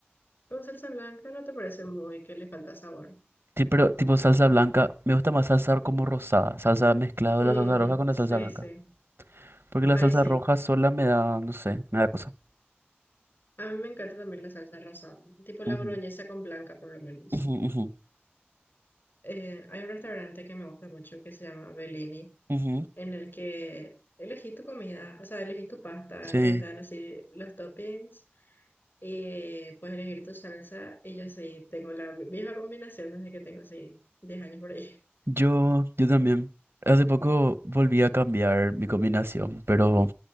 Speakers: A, on the left (about 55°); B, on the right (about 65°).
A: Con salsa blanca no te parece muy que le falta sabor.
B: Ti- Pero tipo salsa blanca, me gusta más salsa como rosada. Salsa mezclado
A: Mm,
B: de la salsa roja con la
A: sí,
B: salsa blanca.
A: sí.
B: Porque la
A: Ahí
B: salsa
A: sí.
B: roja sola me da, no sé, me da cosa.
A: A mí me encanta también la salsa rosada, tipo la
B: Ujú,
A: boloñesa con blanca por lo menos.
B: ujú, ujú,
A: Eh, hay un restaurante que me gusta mucho que se llama Bellini,
B: ujú.
A: en el que elegís tu comida, o sea, elegís tu pasta,
B: Sí,
A: te dan así los toppings y puedes elegir tu salsa. Y yo sí, tengo la misma combinación desde que tengo así 10 años por ahí.
B: yo, yo también. Hace poco volví a cambiar mi combinación, pero